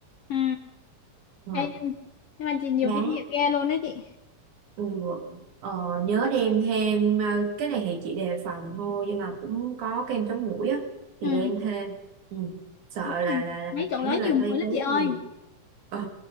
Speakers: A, on the left; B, on the right.
A: ừ
B: Ờ,
A: Ê, nhưng mà chị nhiều
B: đá
A: kinh nghiệm ghê luôn đó chị
B: Ừ. Ờ, nhớ đem thêm ờ, cái này thì chị đề phòng thôi nhưng mà cũng có kem chống muỗi á thì
A: ừ
B: đem thêm ừ. sợ
A: đúng
B: là
A: rồi
B: là
A: mấy
B: là
A: chỗ
B: kiểu
A: đó
B: như là
A: nhiều muỗi
B: cây
A: lắm
B: tốn
A: chị ơi
B: nhiều ừ.